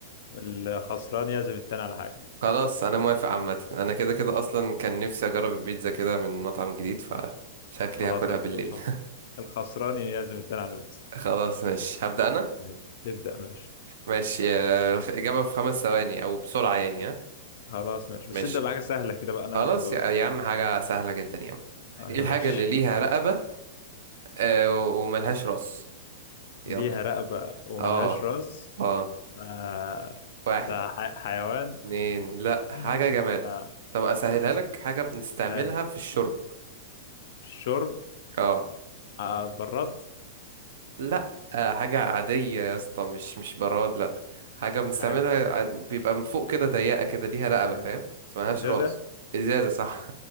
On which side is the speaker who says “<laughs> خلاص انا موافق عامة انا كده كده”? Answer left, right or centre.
Right